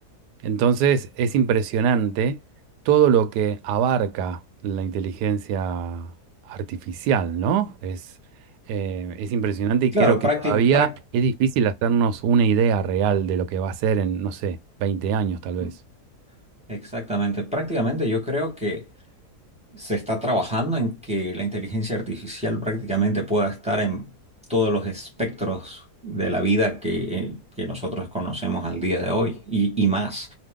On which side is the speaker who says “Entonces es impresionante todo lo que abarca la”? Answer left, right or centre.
Right